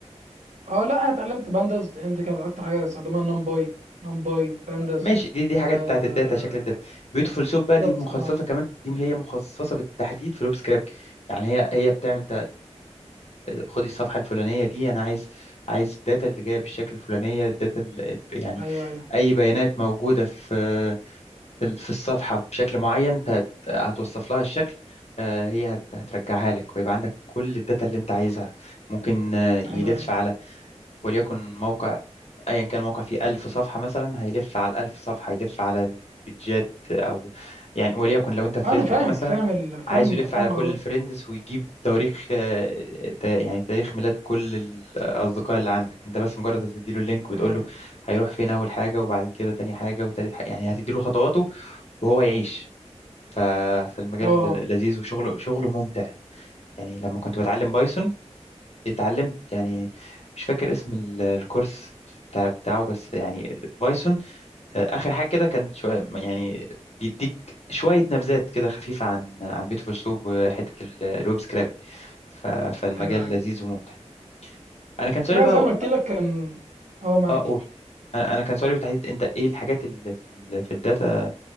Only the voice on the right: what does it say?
اه لا انا اتعلمت بانداز لان دي كانت اكتر حاجه بستخدمها نمباي نمباي بانداز
آه
بالظبط
اه
ايوه ايوه
ايوه
ايوه
آه،
انا فاهم
فاهم ال... فاهم
فاهم
غرضها
ايوه
ايوه
اه آه،
ايوه ايوه
لا
زي ما قلت لك كان اه معاك